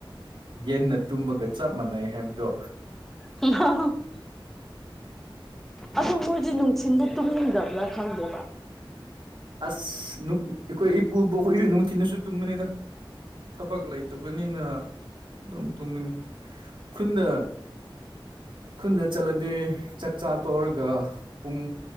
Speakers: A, on the right (about 60°); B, in the centre.
A: ꯌꯦꯟꯅ ꯇꯨꯝꯕꯒ ꯆꯞ ꯃꯥꯟꯅꯩ ꯍꯥꯏꯕꯗꯣ
B: <unintelligible> ꯑꯗꯣ ꯃꯣꯏꯗꯤ ꯅꯨꯡꯊꯤꯟꯗ ꯇꯨꯝꯅꯤꯡꯗꯕ꯭ꯔꯥ ꯈꯪꯗꯦꯕ
A: ꯑꯁ ꯅꯨ ꯑꯩꯈꯣꯏ ꯏꯄꯨꯕꯣꯛ ꯍꯣꯏꯖꯨ ꯅꯨꯡꯊꯤꯟꯗꯁꯨ ꯇꯨꯝꯕꯅꯤꯗ ꯊꯕꯛ ꯂꯩꯇꯕꯅꯤꯅ ꯑꯗꯨꯝ ꯇꯨꯝꯒꯅꯤ ꯈꯨꯟꯗ ꯈꯨꯟꯗ ꯆꯠꯂꯗꯤ ꯆꯥꯛ ꯆꯥ ꯇꯣꯛꯔꯒ ꯄꯨꯡ